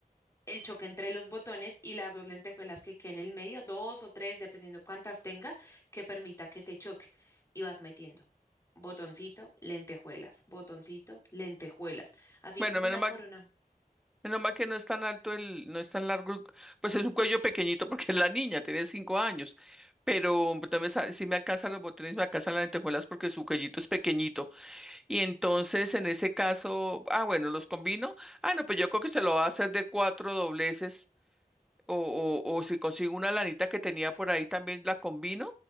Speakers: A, on the left; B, in the centre.
A: el choque entre los botones y las dos lentejuelas que queden en el medio, dos o tres, dependiendo cuántas tenga, que permita que se choque. Y vas metiendo botoncito, lentejuelas, botoncito, lentejuelas, así
B: Bueno,
A: una
B: menos mal
A: por una.
B: Menos mal que no es tan alto el, no es tan largo, el cu- pues es un cuello pequeñito porque es la niña, tiene cinco años, pero también si me alcanzan los botones, me alcanzan las lentejuelas porque su cuellito es pequeñito. Y entonces en ese caso, ah, bueno, los combino. Ah, no, pues yo creo que se lo va a hacer de cuatro dobleces o, o, o si consigo una lanita que tenía por ahí también la combino